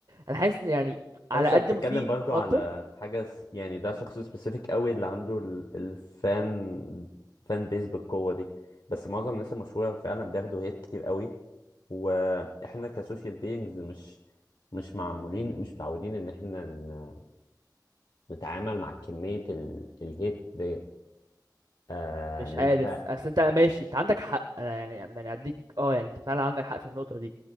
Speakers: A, on the right (about 60°); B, on the left (about 80°).
A: انا حاسس إن يعني على
B: بس
A: قد
B: بتتكلم
A: ما في
B: برضو
A: خطر
B: على حاجة س- يعني ده شخص سبيسيفيك قوي اللي عنده ال- الفان فان بيز بالقوة دي بس معظم الناس المشهورة فعلا بياخدوا هيت كتير قوي واحنا كسوشيال بيينجز مش مش معمولين مش متعودين ان احنا ن- نتعامل مع كمية ال... الهيت دي آه
A: مش
B: ان انت
A: عارف اصل انت ماشي انت عندك حق انا يعني يعني اديك اه يعني انت فعلا عندك حق في النقطه دي